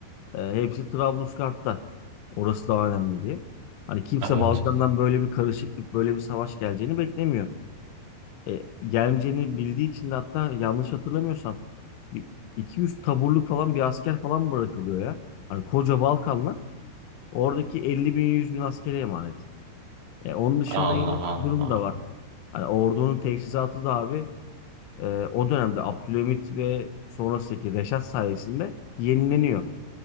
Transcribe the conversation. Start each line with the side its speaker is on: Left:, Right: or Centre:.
Left: E, hepsi Trablusgarp'ta. Orası daha önemli diye. Hani kimse
Right: Evet.
Left: Balkan'dan böyle bir karışıklık, böyle bir savaş geleceğini beklemiyor. E, gelmeyeceğini bildiği için de hatta yanlış hatırlamıyorsam bir 200 taburluk falan bir asker falan bırakılıyor ya. Hani koca Balkanlar oradaki 50 bin 100 bin askere emanet. E, onun dışında
Right: Allah
Left: yine
Right: Allah.
Left: şu durum da var. Hani ordunun teçhizatı da abi e, o dönemde Abdülhamit ve sonrasındaki Reşat sayesinde yenileniyor.